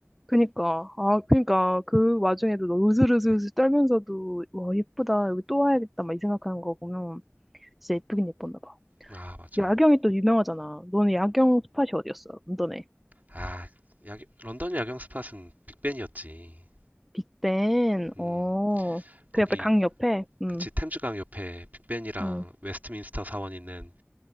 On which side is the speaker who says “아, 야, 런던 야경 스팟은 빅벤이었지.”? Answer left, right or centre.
Right